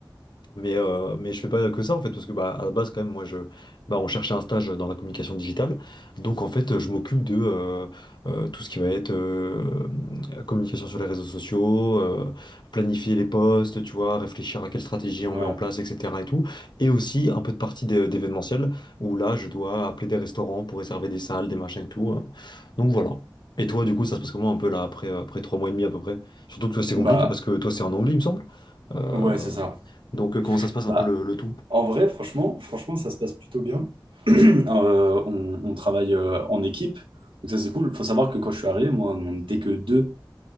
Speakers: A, on the left; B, on the right.
A: mais, euh, mais je fais pas que ça, en fait, parce que bah, à la base, quand même, moi, je, bah, on cherchait un stage dans la communication digitale. Donc en fait, je m'occupe de euh, euh, tout ce qui va être euh, communication sur les réseaux sociaux, euh, planifier les posts, tu vois, réfléchir à quelle stratégie on
B: Ouais.
A: met en place, etc. et tout. Et aussi un peu de partie d'é- d'événementiel, où là, je dois appeler des restaurants pour réserver des salles, des machins et tout. euh. Donc voilà. Et toi, du coup, ça se passe comment un peu là, après, euh, après trois mois et demi à peu près? Surtout que toi, c'est
B: Bah,
A: compliqué parce que toi, c'est en anglais, il me semble. Euh,
B: ouais, c'est ça.
A: donc euh, comment ça se passe un
B: Bah,
A: peu le, le tout?
B: en vrai, franchement, franchement, ça se passe plutôt bien. <clears throat> Euh, on, on travaille euh, en équipe, donc ça c'est cool. Faut savoir que quand je suis arrivé, moi, on n'était que deux